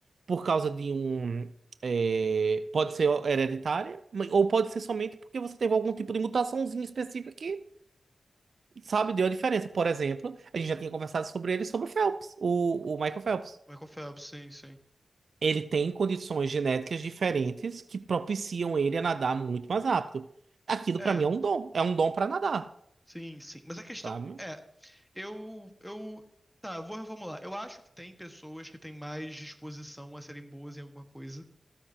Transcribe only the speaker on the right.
por causa de um. é, pode ser hereditária, mas- ou pode ser somente porque você teve algum tipo de mutaçãozinha específica que, sabe, deu a diferença. Por exemplo, a gente já tinha conversado sobre ele, sobre o Phelps, o, o Michael Phelps.
Ele tem condições genéticas diferentes que propiciam ele a nadar muito mais rápido. Aquilo,
pra mim, é um dom. É um dom pra nadar,
sabe?